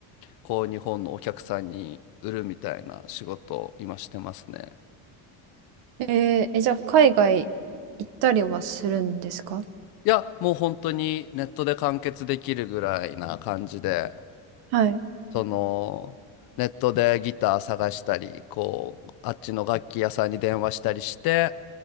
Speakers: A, on the left; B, on the right.
A: こう日本のお客さんに売るみたいな仕事を今してますね。
B: えー、え、じゃあ、海外行ったりはするんですか
A: いや、もう本当にネットで完結できるぐらいな感じで、
B: はい、
A: そのネットでギター探したり、こう、あっちの楽器屋さんに電話したりして、